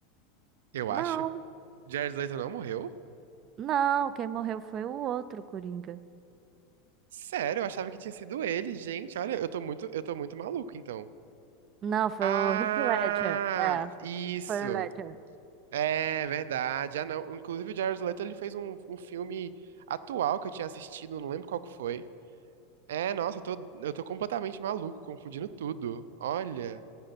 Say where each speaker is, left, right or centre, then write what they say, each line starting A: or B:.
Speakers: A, on the right; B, on the right.
A: Eu
B: Não,
A: acho. O Jared Leto não morreu?
B: não, quem morreu foi o outro Coringa.
A: Sério, eu achava que tinha sido ele, gente. Olha, eu tô muito, eu tô muito maluco, então.
B: Não, foi
A: Ah,
B: o Heath Ledger. É,
A: isso.
B: foi o Ledger.
A: É verdade. Ah, não. Inclusive, o Jared Leto, ele fez um, um filme atual que eu tinha assistido, não lembro qual que foi. É, nossa, eu tô, eu tô completamente maluco, confundindo tudo. Olha,